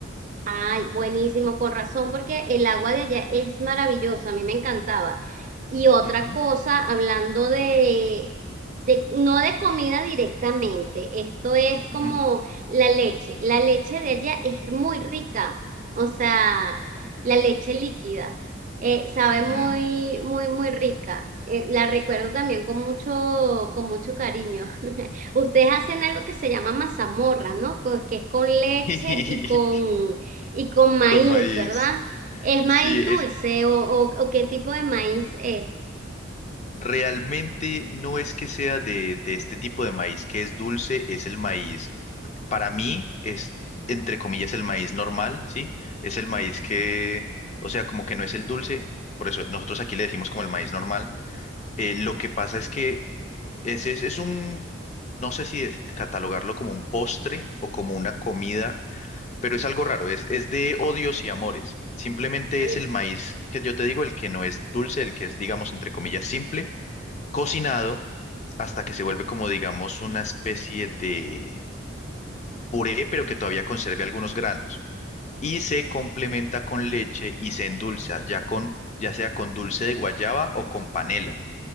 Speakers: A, on the right (about 40°); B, on the left (about 35°).
A: Ay, buenísimo, con razón, porque el agua de allá es maravillosa, a mí me encantaba. Y otra
B: Ujú,
A: cosa, hablando de, de, no de comida directamente, esto es como
B: ujú,
A: la leche. La leche de allá es muy rica, o sea, la leche líquida, eh, sabe
B: ujú.
A: muy, muy, muy rica. Eh, la recuerdo también con mucho, con mucho cariño. <laughs> Ustedes hacen algo que se llama mazamorra, ¿no? Co- Que es con leche
B: <laughs>
A: y con y con maíz,
B: Con maíz.
A: ¿verdad? ¿Es maíz
B: Sí,
A: dulce
B: es
A: o, o, o qué tipo de maíz es?
B: realmente no es que sea de, de este tipo de maíz que es dulce, es el maíz. para mí es, entre comillas, el maíz normal, ¿sí? Es el maíz que, o sea, como que no es el dulce, por eso nosotros aquí le decimos como el maíz normal. Eh, lo que pasa es que ese es, es un, no sé si de- catalogarlo como un postre o como una comida, pero es algo raro, es, es de odios y amores. Simplemente
A: Ay,
B: es el maíz que yo te digo, el que no es dulce, el que es, digamos, entre comillas, simple, cocinado hasta que se vuelve como, digamos, una especie de puré, pero que todavía conserve algunos granos. Y se complementa con leche y se endulza, ya con, ya sea con dulce de guayaba o con panela.